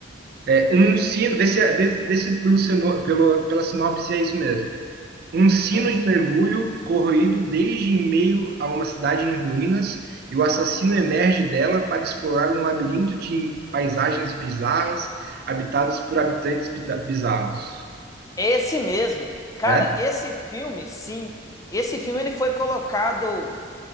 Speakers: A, on the right; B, on the left.
A: É, um sino. Vê se, é, vê, vê se pelo, sino- pelo, pela sinopse é isso mesmo. Um sino
B: Hum,
A: de mergulho corroído desde em meio a uma cidade em ruínas, e o assassino emerge dela para explorar um labirinto de paisagens bizarras, habitadas por habitantes bita- bizarros.
B: esse mesmo. Cara,
A: né?
B: esse filme, sim. Esse filme ele foi colocado